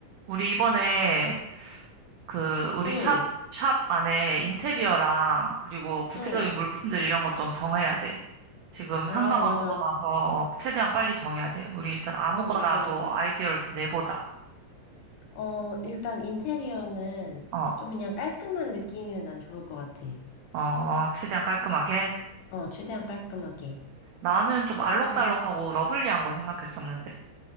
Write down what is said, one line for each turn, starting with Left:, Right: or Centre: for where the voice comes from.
Right: 우리 이번에 그 우리
Left: 응,
Right: 샵, 샵 안에 인테리어랑 그리고 구체적인
Left: 응.
Right: 물품들 이런 것 좀 정해야 돼. 지금
Left: 아,
Right: 상가만
Left: 맞아.
Right: 얻어놔서 최대한 빨리 정해야 돼. 우리 일단 아무거나도
Left: 아, 맞다, 맞다.
Right: 아이디어를 좀 내보자.
Left: 어, 일단 인테리어는
Right: 어,
Left: 좀 그냥 깔끔한 느낌이면 난 좋을 것 같아.
Right: 어, 최대한 깔끔하게.
Left: 어, 최대한 깔끔하게.
Right: 나는 좀
Left: 아이고
Right: 알록달록하고 러블리한 거 생각했었는데.